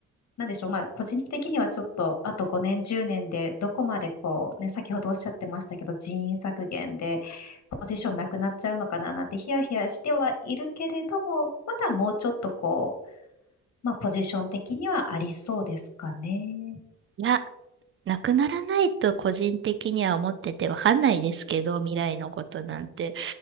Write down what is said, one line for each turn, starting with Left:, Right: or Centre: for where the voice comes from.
Left: なんでしょう。まあ、個人的にはちょっと、あと5年、10年で、どこまでこう、ね、先ほどおっしゃってましたけど、人員削減で、ポジションなくなっちゃうのかななんてヒヤヒヤしてはいるけれども、まだもうちょっとこう、まあ、ポジション的にはありそうですかね。
Right: いや、なくならないと個人的には思っててわかんないですけど、未来のことなんて。